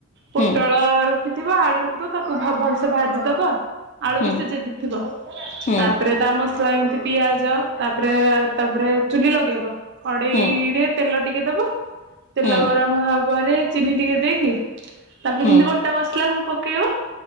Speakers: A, on the right; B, on the left.
A: ପୋଟଳର
B: ହୁଁ
A: ଖିଥିବ ଆଳୁ ରଖିଥିବ ତାକୁ ଭ ଭଲସେ ଭାଜିଦବ ଆଳୁ
B: ହୁଁ
A: ବି ସିଝେଇ ଦେଇଥିବ
B: ହୁଁ
A: ତା ପରେ ତା ମସଲା ଏମିତି ପିଆଜ ତାପରେ ତାପରେ ଚୁଲି ଲଗେଇବ କଡେଇରେ
B: ହୁଁ
A: ତେଲ ଟିକେ ଦବ ତେଲ
B: ହୁଁ
A: ଗରମ ହବା ପରେ ଚିନି ଟିକେ ଦେଇକି ତାପରେ
B: ହୁଁ
A: ଯେମିତି ଗୋ ଟା ମସଲା କୁ ପକେଇବ